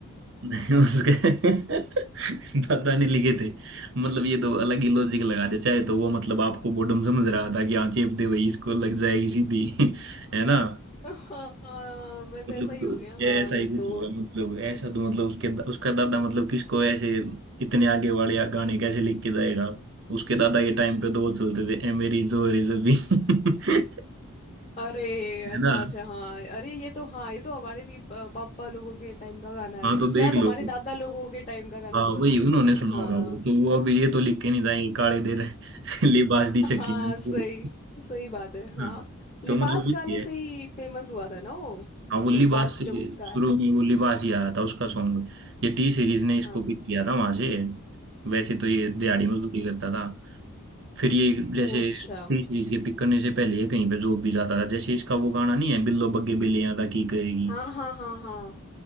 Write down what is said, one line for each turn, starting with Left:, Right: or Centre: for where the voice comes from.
Right: नहीं उसके <laughs> दादा ने लिखे थे मतलब ये तो अलग ही लॉजिक लगा दे चाहे तो वो मतलब आपको बॉडम समझ रहा था कि हाँ चेप दे भाई इसको लग जाएगी सीधी <laughs> है ना
Left: <laughs> हाँ बस
Right: मतलब
Left: ऐसा ही
Right: तो
Left: हो गया हाँ
Right: ऐसा ही कुछ
Left: तो
Right: होगा मतलब ऐसा तो मतलब उसके उसका दादा मतलब किसको ऐसे इतने आगे वाले गाने कैसे लिख के जाएगा उसके दादा के टाइम पे तो वो चलते थे ए मेरी जो रे जबी <laughs>
Left: अरे
Right: है
Left: अच्छा
Right: ना
Left: अच्छा हाँ अरे ये तो हाँ ये तो हमारे भी प- पापा लोगों के टाइम का गाना है
Right: हाँ तो
Left: शायद
Right: देख लो
Left: हमारे दादा लोगों के टाइम का गाना
Right: हाँ
Left: बोल
Right: वही
Left: सकते
Right: उन्होंने
Left: हैं हम
Right: सुना
Left: हाँ।
Right: होगा वो तो वो अब ये तो लिख के नहीं जाएंगे काले देर <laughs> लिबास दी शकीन
Left: हाँ
Right: ने <laughs>
Left: सही
Right: पूरी।
Left: सही बात है हाँ
Right: हाँ
Left: लिबास
Right: तो मतलब
Left: गाने
Right: ये है
Left: से ही फेमस हुआ था ना वो
Right: हाँ वो
Left: लिबास
Right: लिबास से
Left: जब उसका
Right: शुरू
Left: है
Right: में वो लिबास ही आ रहा था उसका सॉन्ग ये टी सीरीज ने
Left: हाँ
Right: इसको पिक किया था वहां से वैसे तो ये दिहाड़ी
Left: अ-
Right: मजदूरी करता था फिर ये जैसे
Left: ओ अच्छा
Right: टी सीरीज के पिक करने से पहले ये कहीं पे जॉब भी जाता था जैसे इसका वो गाना नहीं है बिल्लो बग्गे बिल्ली अदा की करेगी
Left: हाँ हाँ हाँ हाँ